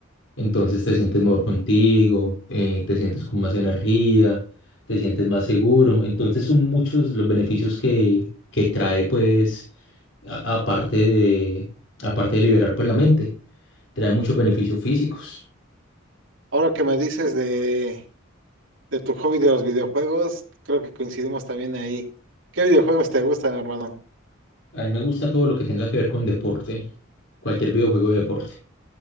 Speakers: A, on the left; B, on the right.
A: Entonces te sientes mejor contigo, eh, te sientes con más energía, te sientes más seguro. Entonces son muchos los beneficios que, que trae, pues, a- aparte de, aparte de liberar, pues, la mente. Trae muchos beneficios físicos.
B: Ahora que me dices de De tu hobby de los videojuegos, creo que coincidimos también ahí. ¿Qué videojuegos te gustan, hermano?
A: A mí me gusta todo lo que tenga que ver con deporte, cualquier videojuego de deporte.